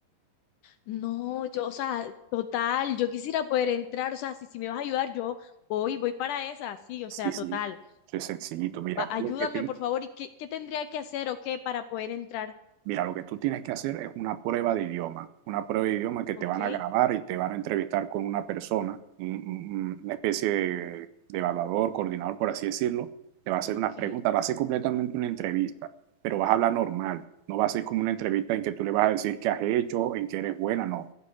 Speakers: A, on the left; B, on the right.
A: no, yo, o sea, total, yo quisiera poder entrar, o sea, si, si me vas a ayudar, yo voy, voy para esa, sí, o
B: Sí,
A: sea,
B: sí,
A: total.
B: soy sencillito. Mira,
A: va- ayúdame
B: lo que, te-
A: por favor, ¿y qué, qué tendría que hacer o qué para poder entrar?
B: Mira, lo que tú tienes que hacer es una prueba de idioma, una prueba de idioma que
A: Ok,
B: te van a grabar y te van a entrevistar con una persona, un- un- una especie de, de evaluador, coordinador, por así decirlo, te va a hacer
A: ok,
B: unas preguntas, va a ser completamente una entrevista, pero vas a hablar normal, no va a ser como una entrevista en que tú le vas a decir qué has hecho, en qué eres buena, no.